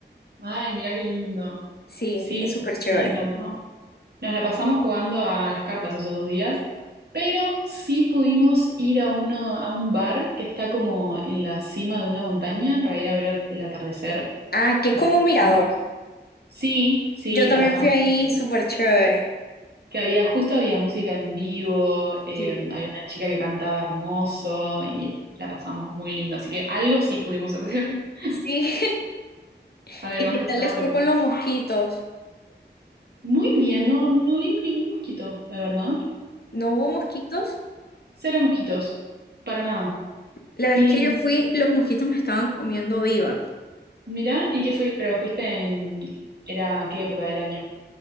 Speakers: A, on the right; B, on the left.
A: Ay, mira qué lindo.
B: Sí,
A: Sí,
B: es súper chévere.
A: nos encantó. Nos la pasamos jugando a las cartas esos dos días, pero sí pudimos ir a uno, a un bar que está como en la cima de una montaña para ir a ver el el atardecer.
B: Ah, que es
A: Y
B: como
A: la
B: un mirador.
A: pasamos- Sí, sí,
B: Yo también
A: la pasamos.
B: fui ahí,
A: muy bien.
B: súper chévere.
A: Que había, justo había música en vivo, eh,
B: Sí.
A: había una chica que cantaba hermoso y la pasamos muy lindo. Así que algo sí pudimos hacer, <laughs>
B: Sí, <laughs>
A: además
B: ¿y qué
A: de
B: tal
A: estar
B: les fue con los mosquitos?
A: muy bien, no, no vimos ningún mosquito, la verdad.
B: ¿No hubo mosquitos?
A: Cero mosquitos, para nada.
B: La vez
A: Y
B: que yo fui, los mosquitos me estaban comiendo viva.
A: mirá, ¿y qué fui? Pero fuiste en... ¿Era qué época del año?